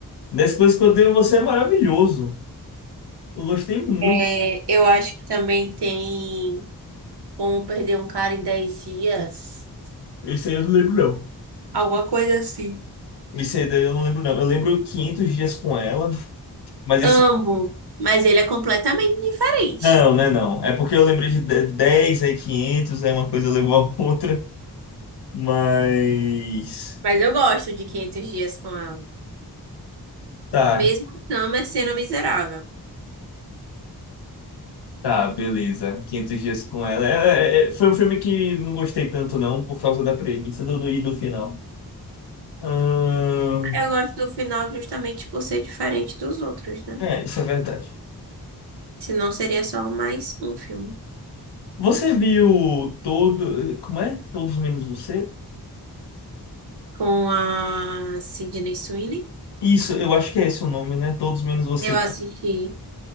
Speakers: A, on the left; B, on the right.
A: 10 coisas que eu dei em você é maravilhoso, eu gostei muito.
B: É, eu acho que também tem como perder um cara em dez dias.
A: Isso aí eu não lembro, não.
B: Alguma coisa assim.
A: Isso aí daí eu não lembro, não. Eu lembro quinhentos dias com ela. Mas
B: Amo,
A: esse
B: mas ele é completamente diferente.
A: Não, né, não. É porque eu lembrei de de- 10, aí 500, aí uma coisa levou a outra, mas...
B: Mas eu gosto de quinhentos dias com ela.
A: Tá,
B: Mesmo a Summer sendo miserável.
A: tá, beleza. Quinhentos dias com ela. É, é, é, foi um filme que não gostei tanto, não, por causa da premissa do, do, e do final. Ahn,
B: Eu gosto do final justamente por ser diferente dos outros, né?
A: é, isso é verdade.
B: Senão seria só mais um filme.
A: Você viu todo... Como é? Todos Menos Você?
B: Com a Sydney Sweeney.
A: Isso, eu acho que é esse o nome, né? Todos Menos Você.
B: Eu assisti